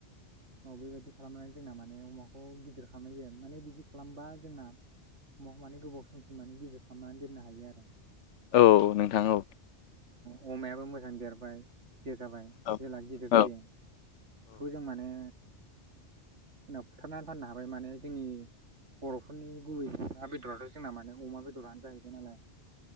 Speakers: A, on the right (about 75°); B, on the left (about 85°).
A: औ बेबायदि खालामनानै जोंना माने अमाखौ गिदिर खालामनाय जायो माने बिदि खालामबा जोंना म माने गोबाव समसिम माने गिदिर खालामनानै दोननो हायो आरो
B: औ नोंथां औ
A: ओ अमायाबो मोजां देरबाय गिदिर जाबाय
B: औ
A: जेला गिदिर जायो
B: औ
A: बेखौ जों माने उनाव फुथारनानै फाननो हाबाय माने जोंनि बर'फोरनि गुबै ना बेदराथ' जोंना माने अमा बेदरानो जाहैबाय नालाय